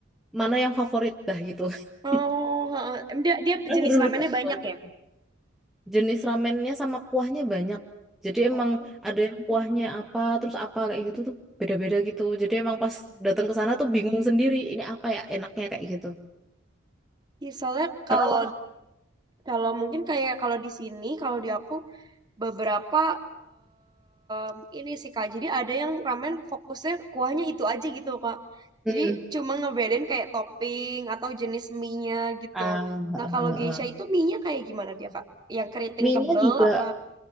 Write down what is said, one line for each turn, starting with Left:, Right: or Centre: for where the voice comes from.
Centre: mana yang favorit dah gitu. <laughs>
Right: Oh, heeh. Em, dia, dia
Centre: Aku
Right: jenis
Centre: bener-bener
Right: ramennya
Centre: nggak
Right: banyak
Centre: tahu.
Right: ya?
Centre: jenis ramennya sama kuahnya banyak. Jadi emang
Right: Oh,
Centre: ada yang kuahnya apa, terus apa kayak gitu tuh beda-beda gitu. Jadi emang pas datang
Right: oke.
Centre: ke sana tuh bingung sendiri, ini apa ya enaknya kayak gitu.
Right: Ya, soalnya kalau
Centre: Karena wak-
Right: kalau mungkin kayak kalau di sini, kalau di aku beberapa em, ini sih Kak. Jadi ada yang ramen fokusnya kuahnya itu aja gitu Kak.
Centre: hmm,
Right: Jadi cuma ngebedain kayak topping atau jenis mie-nya gitu.
Centre: ah, eh,
Right: Nah, kalau geisha
Centre: eh.
Right: itu mie-nya kayak gimana dia Kak? Yang keriting
Centre: Mie-nya
Right: tebel
Centre: juga
Right: apa?